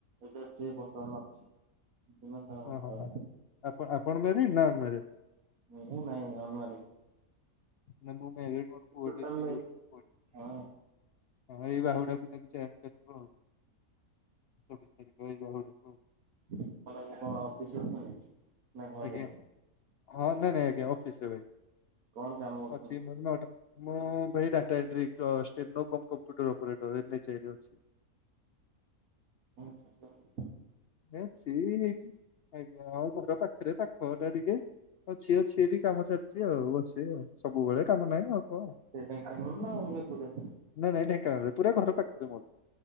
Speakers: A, on the right (about 70°); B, on the left (about 75°).
A: ଏଇଟା ଅଛି ବସ୍ତା ନ ଅଛି <unintelligible>
B: ଓ, ହଁ, ହଁ
A: ପୁରା
B: ଆପଣ ଆପଣ ମ୍ୟାରିଡ଼୍ ନା ଅନ୍ ମ୍ୟାରିଡ଼୍?
A: ମୁଁ ନାଇଁ <unintelligible>
B: ନା ମୁଁ ମ୍ୟାରେଡ଼। ମୋର ପୁଅ
A: ଟୋଟାଲ
B: ଟେ ଚାରି
A: ନାଇଁ
B: ବର୍ଷର ପୁଅଟେ।
A: ହଁ
B: ହଁ ଏଇ ବାହୁଡାକୁ ତାକୁ ଚାରିି ଚାଲିବ ଆଉ। ଚବିଶ ତାରିଖ ଏଇ ବାହୁଡ଼ାକୁ।
A: <unintelligible> ଅଫିସ ଅଛନ୍ତି ନା ଘରେ?
B: ଆଜ୍ଞା ହଁ ନାଇଁ ନାଇଁ ଆଜ୍ଞା ଅଫିସ ରେ ଭାଇ
A: କଣ କାମ କରୁଛନ୍ତି?
B: ଅଛି ମର ନଟା ମୁଁ ଭାଇ data entry <unintelligible> computer operator N H I ରେ ଅଛି।
A: ହଁ
B: ନା ସେ ଆଜ୍ଞା ଆଉ ଘର ପାଖରେ ପାଖ ଟା ଟିକେ ଅଛି ଅଛି ଟିକେ କାମ ଚାଲିଛି ଆଉ ବସ ଆଉ। ସବୁବେଳେ କାମ ନାହିଁ ଅଳ୍ପ ଆଉ।
A: ସେ ଢେଙ୍କାନାଳ ନା ଅଲଗା କୋଉଠି ଅଛନ୍ତି?
B: ନାଇଁ ନାଇଁ ଢୋଙ୍କାନାଳ ରେ ପୁରା ଘର ପାଖରେ ମୋର।